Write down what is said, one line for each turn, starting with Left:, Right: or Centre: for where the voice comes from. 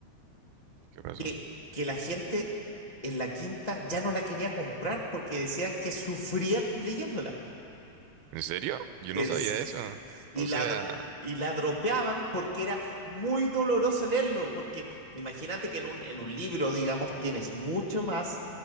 Right: ¿Qué, qué pasó?
Left: que, que la gente en la quinta ya no la quería comprar porque decían que sufrían leyéndola.
Right: ¿En serio? Yo
Left: Es-
Right: no sabía eso.
Left: Y
Right: O
Left: la,
Right: sea,
Left: dro- y la dropeaban porque era muy doloroso leerlo, porque imagínate que en un, en un libro, digamos, tienes mucho más